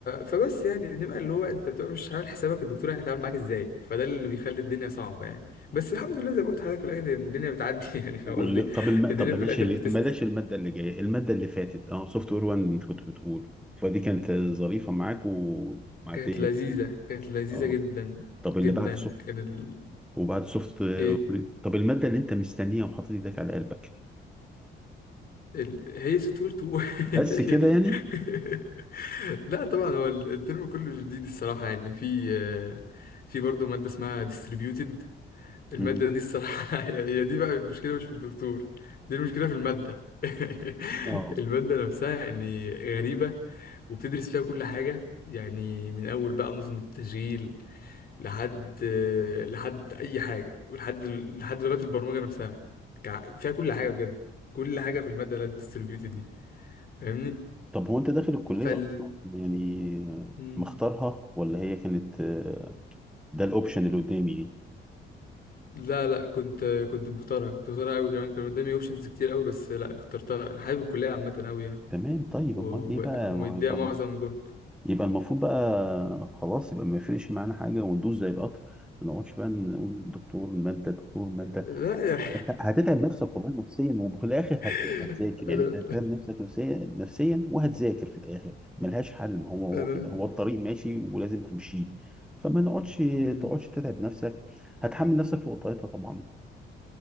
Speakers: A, on the left; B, in the centre.
A: فبس يعني بنبقى اللي هو انت بتبقى مش عامل حسابك الدكتور هيتعامل معاك ازاي فده اللي بيخلي الدنيا صعبه يعني بس الحمد لله زي ما قلت لحضرتك في الاخر الدنيا بتعدي <laughs> يعني فاهم
B: وال...
A: قصدي
B: طب الم...
A: الدنيا
B: طب بلاش
A: في الاخر
B: اللي...
A: بتست
B: بلاش الماده اللي جايه الماده اللي فاتت اه سوفت وير 1 انت كنت بتقول فدي كانت ظريفه معاك ومعديه
A: كانت لذيذه
B: تمام.
A: كانت لذيذه
B: اه
A: جدا
B: طب اللي
A: جدا
B: بعد
A: كان ال...
B: وبعد سوفت
A: ايه
B: طب المادة اللي انت مستنيها وحاطط ايدك على قلبك
A: ال... هي سطور تو <laughs>
B: بس كده
A: هي دي
B: يعني
A: <laughs> لا طبعا هو الترم كله جديد الصراحه يعني في في برضه ماده اسمها distributed المادة
B: مهم.
A: دي الصراحة <laughs> هي هي دي بقى المشكلة مش في الدكتور دي المشكلة في المادة <laughs>
B: اه
A: المادة نفسها يعني غريبة وبتدرس فيها كل حاجة يعني من أول بقى نظم التشغيل لحد لحد أي حاجة ولحد لحد لغات البرمجة نفسها كع- فيها كل حاجة بجد كل حاجة في المادة لا ديستريبيوتد دي فاهمني
B: طب هو انت داخل الكلية
A: فال
B: اصلا يعني آه،
A: مم.
B: مختارها ولا هي كانت آه، ده الاوبشن اللي قدامي يعني
A: لا لا كنت كنت مختارها كنت مختارها قوي كمان كان قدامي اوبشنز كتير قوي بس لا اخترتها أنا حابب الكلية عامة قوي يعني
B: تمام طيب
A: و-
B: امال ايه
A: و-
B: بقى
A: ومديها
B: ما هو يبقى
A: معظم جهد
B: يبقى المفروض بقى خلاص يبقى ما يفرقش معانا حاجة وندوس زي القطر ما نقعدش بقى نقول دكتور مادة دكتور مادة
A: لا يا
B: هت- هتتعب نفسك والله نفسيا وفي الاخر
A: <laughs>
B: هت- هتذاكر
A: لا
B: يعني
A: انا
B: انت هتتعب نفسك نفسيا نفسيا وهتذاكر في الاخر ملهاش حل هو هو
A: انا
B: كده هو الطريق ماشي ولازم همشيه فما نقعدش
A: مم.
B: تقعدش تتعب نفسك هتحمل نفسك فوقيتها طبعا